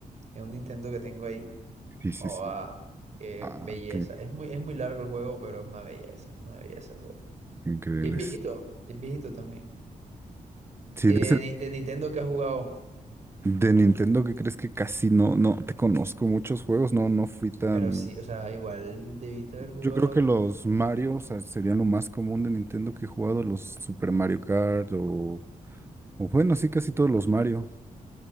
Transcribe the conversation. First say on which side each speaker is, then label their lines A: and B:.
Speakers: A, on the right; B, on the right.
A: en un Nintendo que tengo ahí.
B: Sí,
A: Joda,
B: sí, sí.
A: qué
B: Ah,
A: belleza.
B: qué
A: Es muy, es muy largo el juego, pero es una belleza, una belleza el juego.
B: increíbles.
A: Y es viejito, y es viejito también.
B: Sí,
A: Y
B: de,
A: de,
B: ese-
A: Ni- de Nintendo que has jugado.
B: de Nintendo, ¿qué crees que casi no, no te conozco muchos juegos? No, no fui tan.
A: Pero sí, o sea, igual debiste haber jugado
B: Yo creo que
A: algo.
B: los Mario, o sea, serían lo más común de Nintendo que he jugado, los Super Mario Kart o, o bueno, sí, casi todos los Mario.